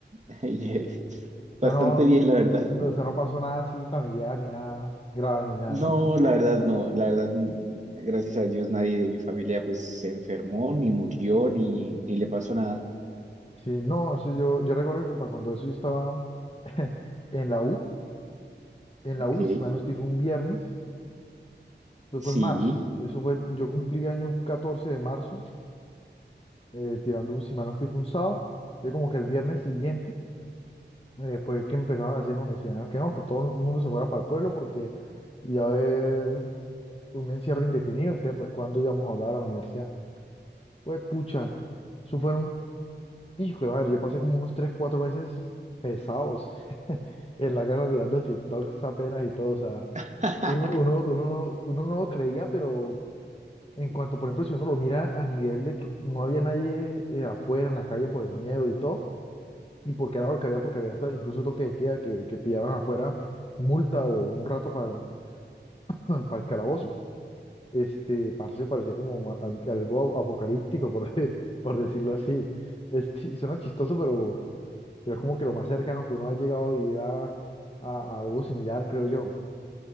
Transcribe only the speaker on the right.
<laughs> y, bastante
bien, la verdad.
No,
la verdad no, la verdad, mm, gracias a Dios nadie de mi familia pues se enfermó, ni murió, ni, ni le pasó nada.
Ok,
sí.
<laughs>